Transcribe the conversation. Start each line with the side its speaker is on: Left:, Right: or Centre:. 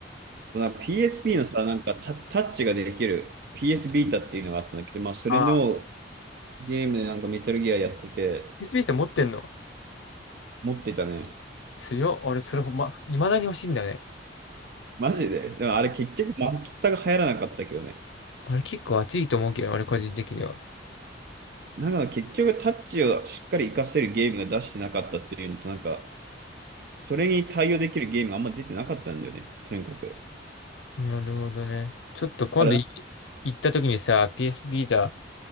Right: なんか PSP のさ、なんかタ、タッチができる PS ビータっていうのがあったんだけど、まあそれの
Left: ああ、
Right: ゲームでなんかメタルギアやってて、
Left: p s i って持ってんの
Right: 持ってたね。
Left: 強っ。俺、それほんま、未だに欲しいんだよね。
Right: マジで。でもあれ結局全く流行らなかったけどね。
Left: あれ結構熱いと思うけど、俺個人的には。
Right: なんか結局タッチをしっかり活かせるゲームが出してなかったっていうのと、なんか、それに対応できるゲームがあんま出てなかったんだよね、とにかく。
Left: なるほどね。ちょっと今度い
Right: だから、
Left: 行った時にさ、PS ビー t a